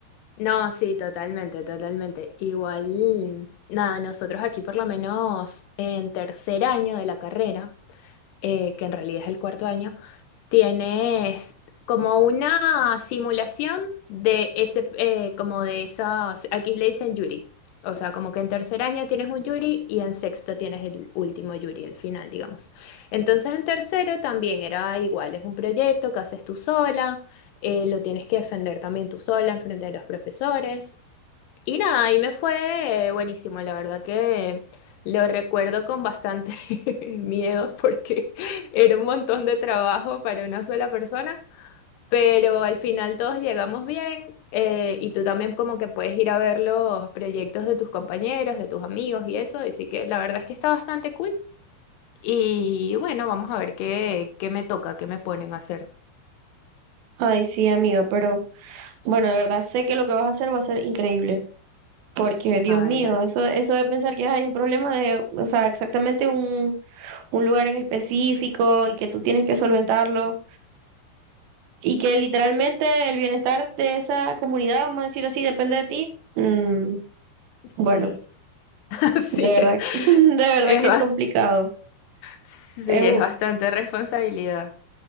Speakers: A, on the left (about 75°); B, on the right (about 70°).
A: No, sí, totalmente, totalmente. Igual, nada, nosotros aquí por lo menos en tercer año de la carrera eh, que en realidad es el cuarto año, tienes como una simulación de ese, eh, como de esas, aquí le dicen jury. O sea, como que en tercer año tienes un jury y en sexto tienes el último jury, el final, digamos. Entonces en tercero también era igual, es un proyecto que haces tú sola, eh, lo tienes que defender también tú sola en frente de los profesores. Y nada, y me fue eh, buenísimo, la verdad que lo recuerdo con bastante <laughs> miedo porque era un montón de trabajo para una sola persona, pero al final todos llegamos bien eh, y tú también como que puedes ir a ver los proyectos de tus compañeros, de tus amigos y eso, así que la verdad es que está bastante cool. Y bueno, vamos a ver qué, qué me toca, qué me ponen a hacer.
B: Ay, sí, amigo, pero bueno, de verdad sé que lo que vas a hacer va a ser increíble. Porque, Dios
A: Ah,
B: mío,
A: eras.
B: eso, eso de pensar que hay un problema de, o sea, exactamente un, un lugar en específico y que tú tienes que solventarlo y que literalmente el bienestar de esa comunidad, vamos a decir así, depende de ti. mm,
A: Sí,
B: bueno.
A: <laughs> sí.
B: De verdad, <laughs> de verdad
A: Es,
B: que es complicado.
A: Sí,
B: Es un-
A: es bastante responsabilidad.